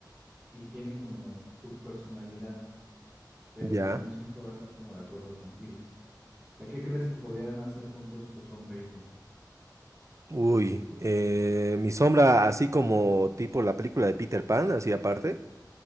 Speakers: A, on the right; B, on the right.
A: y tiene como tu personalidad, pero
B: Ya.
A: o sea, no siempre va a estar como de acuerdo contigo. sea, ¿qué crees que podían hacer juntos tu sombra y tú?
B: Uy, eh, mi sombra, así como tipo la película de Peter Pan, así aparte.